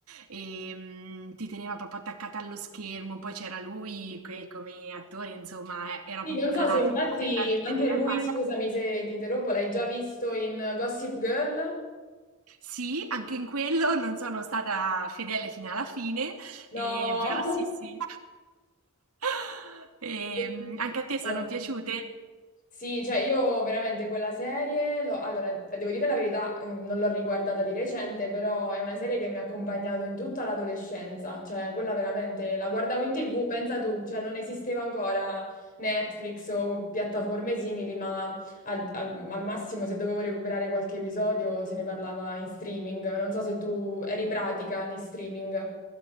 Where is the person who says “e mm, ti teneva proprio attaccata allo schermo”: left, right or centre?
Right